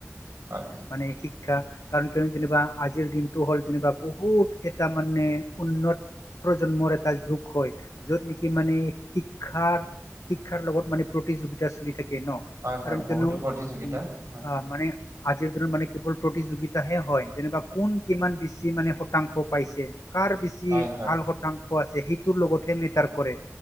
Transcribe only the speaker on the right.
হয়।
হয়-হয়
বহুতো
প্ৰতিযোগিতা হয়।
হয় হয়